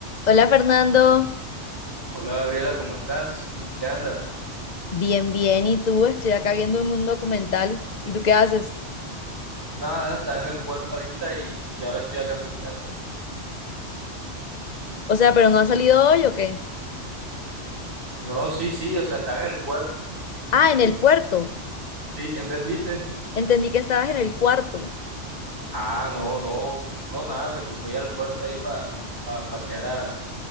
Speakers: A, on the left; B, on the right.
A: Hola Fernando,
B: Hola Gabriela, ¿cómo estás? ¿En qué andas?
A: bien, bien. ¿Y tú? Estoy acá viendo un documental. ¿Y tú qué haces?
B: Nada, estaba en el puerto ahorita y, y ahora estoy acá en mi casa.
A: O sea, ¿pero no has salido hoy o qué?
B: No, sí, sí, o sea, estaba en el puerto.
A: Ah, en el puerto.
B: Sí, ¿qué entendiste?
A: Entendí que estabas en el cuarto.
B: Ah, no, no, no, nada, me tocó ir al puerto ahí para pasear a,